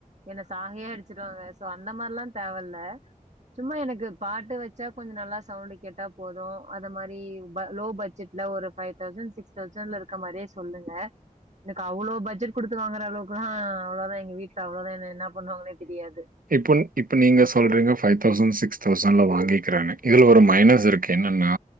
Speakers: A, on the right; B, on the right.
A: என்ன சாகைய அடிச்சுருவாங்க சோ அந்த மாரில்லா தேவ இல்ல சும்மா எனக்கு பாட்டு வச்சா கொஞ்சோ நல்லா சவுண்ட் கேட்டா போது அது மாரி ப லோ பட்ஜெட்ல ஒரு பைவ் தௌசண்ட் சிக்ஸ் தௌசண்ட்ல்ல இருக்க மாரியே சொல்லுங்க எனக்கு அவ்ளோ பட்ஜெட் குடுத்து வாங்கற அளவுக்குலா அவ்ளதா எங்க வீட்ல அவ்ளதா என்ன என்ன பண்ணுவாங்கன்னே தெரியாது
B: இப்ப இப்ப நீங்க சொல்றீங்க ஃபைவ் தௌசண் சிக்ஸ் தௌசண்ல வாங்கிக்கிறனு இதுல ஒரு மைனஸ் இருக்கு என்னன்னா